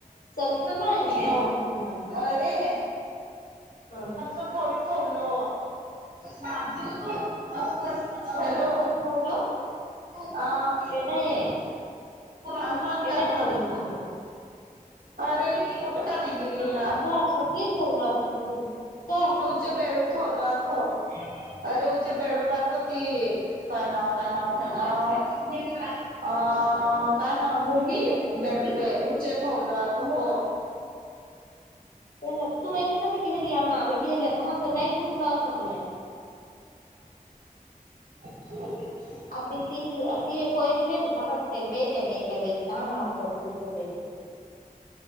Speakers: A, on the left; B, on the right.
A: चलता ना गले
B: हो
A: आमती माल
B: अरे
A: ह
B: फरीत ठेवलो माझ. हॅलो
A: आमचं थोडी ठेवलं
B: हा
A: केडाय
B: अमान
A: केडाय
B: काय मालूम
A: फोडी देतलो
B: अरे. का नाही गिरीला
A: आणि त स ठवलं आताात ये तर
B: चे भेडू वलात हो. अरे उची बेडू पाात होती. काय नाव काय नाव काय नाव अ का ना
A: मुंगी
B: भुंगी
A: मुंगी
B: बेड उपे उचचेत होवलत. हो.
A: प तू एकदा केली आ मा पाहत नाही फुटलंथ प नाही.
B: नवाद <inaudible>
A: आ त ती त परी वेरी पाते बेहत्या बेहत्या वेरी त बाप फोडी देत्या वरी